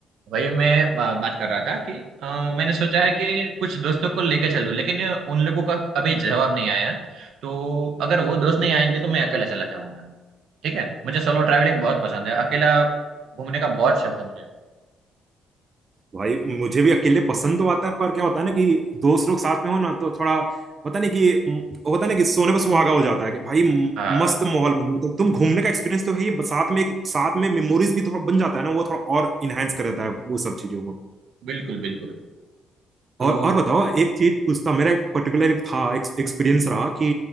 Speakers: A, on the right; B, on the right.
A: वही मैं अ, बात कर रहा था कि अ, मैंने सोचा है कि कुछ दोस्तों को लेके चलूं लेकिन उन लोगों का अभी जवाब नहीं आया है तो अगर वो दोस्त नहीं आएंगे तो मैं अकेला चला जाऊंगा ठीक है मुझे सोलो ट्रैवलिंग बहुत पसंद है अकेला घूमने का बहुत शौक है मुझे
B: भाई मुझे भी अकेले पसंद तो आता है पर क्या होता है ना कि दोस्त लोग साथ में हो ना तो थोड़ा पता नहीं कि म- होता है ना कि सोने पर सुहागा हो जाता है कि भाई म-
A: हाँ
B: मस्त माहौल बन जाता है तुम घूमने का एक्सपीरियंस तो है ही साथ में एक साथ में मेमोरीज भी थोड़ा बन जाता है ना वो थोड़ा और इनहेंस कर देता है वो सब चीजों को
A: बिल्कुल बिल्कुल तो
B: और और बताओ एक चीज पूछता मेरा एक पर्टिकुलर एक था एक्सपीरियंस रहा कि